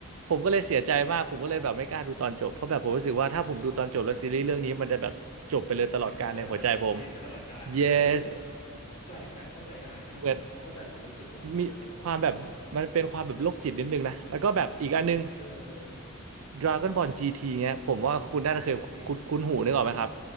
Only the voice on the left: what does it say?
มันจะมันจะ complete ไปตลอดการเออเฮ้ยเออก็แปลกแต่เข้าใจได้นะผมพอเข้าใจความรู้สึกว่ะเออเออพอเข้าใจว่ะ
เออ
อืม